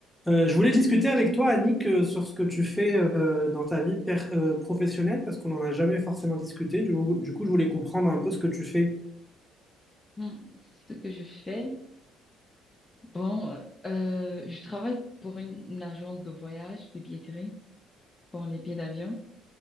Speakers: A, in the centre; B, on the left.
A: Euh, je voulais discuter avec toi, Annick, euh, sur ce que tu fais euh, dans ta vie per- euh, professionnelle, parce qu'on n'en a jamais forcément discuté. Du, du coup, je voulais comprendre un peu ce que tu fais.
B: Hmm, ce que je fais, bon, euh, euh, je travaille pour une, une agence de voyage, de billetterie, pour les billets d'avion.